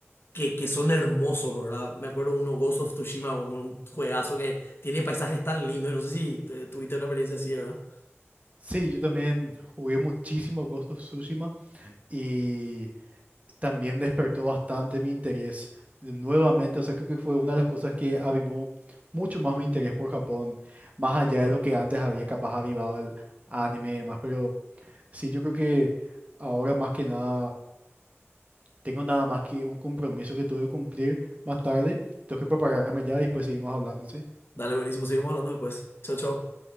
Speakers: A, on the left; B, on the right.
A: que, que son hermosos, ¿verdad? Me acuerdo uno, Ghost of Tsushima, un, un juegazo que tiene paisajes tan lindos. No sé si eh, tuviste una experiencia así, ¿verdad?
B: Sí, yo también jugué muchísimo Ghost of Tsushima y también despertó bastante mi interés nuevamente. O sea, creo que fue una de las cosas que avivó mucho más mi interés por Japón, más allá de lo que antes había capaz avivado el anime y demás. Pero sí, yo creo que ahora más que nada Tengo nada más que un compromiso que tuve que cumplir más tarde. Tengo que prepararme ya y después seguimos hablando, ¿sí?
A: Dale, buenísimo. Seguimos hablando después. Chao, chao.